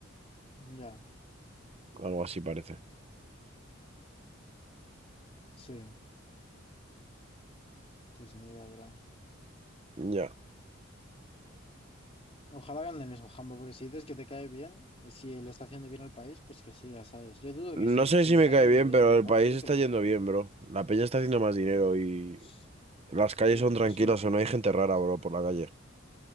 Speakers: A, on the left; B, on the right.
A: ya,
B: Algo así parece.
A: sí. Pues ni idea, bro.
B: Ya.
A: Ojalá hagan el mismo jambo, porque si dices que te cae bien, y si le está haciendo bien al país, pues que siga, ¿sabes? Yo dudo que sí,
B: No sé
A: si lo
B: si me
A: está haciendo
B: cae bien,
A: bien
B: pero
A: de verdad,
B: el país
A: dudo
B: está
A: que lo
B: yendo
A: cambien.
B: bien, bro. La peña está haciendo más dinero y
A: Pues,
B: las calles
A: pues eso es,
B: son tranquilas
A: eso es lo importante.
B: o no hay gente rara, bro, por la calle.